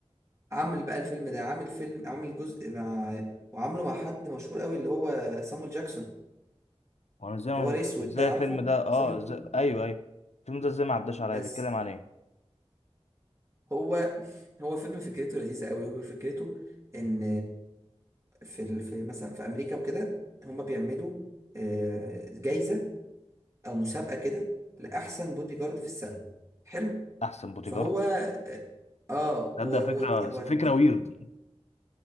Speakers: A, on the right; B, on the left.
A: عامل بقى الفيلم ده عامل فيلم عامل جزء مع وعامله مع حد مشهور قوي اللي هو سامويل جاكسون
B: وانا ازاي
A: اللي
B: ما-
A: هو الاسود
B: ازاي
A: ده
B: الفيلم
A: عارفه
B: ده اه
A: سامويل
B: ازاي ايوه ايوه الفيلم ده ازاي ما عداش عليا
A: بس
B: بيتكلم عن ايه
A: هو هو فيلم فكرته لذيذة قوي وفكرته ان في ال... في مثلا في امريكا وكده هم بيعملوا آه، جايزه او مسابقه كده لاحسن بودي جارد في السنه حلو
B: احسن بوديجارد
A: فهو اه آه، هو
B: تصدق
A: هو
B: فكره
A: دي هو
B: فكره
A: دي
B: ويرد